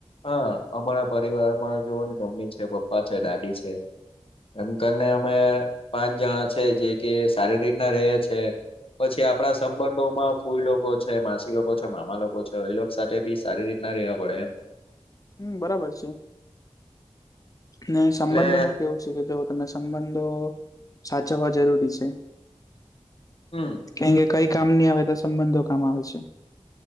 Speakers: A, on the left; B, on the left.
A: હા, અમારા પરિવારમાં જોવોને મમ્મી છે, પપ્પા છે, દાદી છે. એમ કરીને અમે પાંચ જણા છે જે કે સારી રીતના રે છે. પછી આપણા સંબંધો માં ફૂઈ લોકો છે, માસી લોકો મામા લોકો છે એ લોકો સાથે બી સારી રીતના રહેેવા પડે એમ.
B: હમ્મ, બરાબર છે ને સંબંધમાં
A: એટલે
B: કેવું શુ કે તો જો તમે સંબંધો સાચવવા જરૂરી છે.
A: હમ્મ.
B: કેમ કે કઈ કામ નહી આવે તો સંબંધો કામ આવે છે.